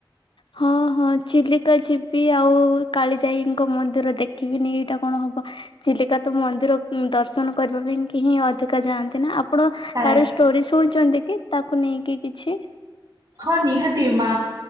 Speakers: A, on the left; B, on the right.
A: ହଁ ହଁ ଚିଲିକା ଯିବି ଆଉ କାଳିଜାଇଙ୍କ ମନ୍ଦିର ଦେଖିବିନି ଏଇଟା କଣ ହବ ଚିଲିକ ତ ମନ୍ଦିର ଦର୍ଶନ କରିବା ପାଇଁ କେହିଁ ଅଧିକା ଯାଆନ୍ତି ନା ଆପଣ
B: ଆଜ୍ଞା।
A: ତାର ଷ୍ଟୋରି ଶୁଣିୁଛନ୍ତି କି? ତାକୁ ନେଇକି କିଛି?
B: ହଁ ନିହାତି ମା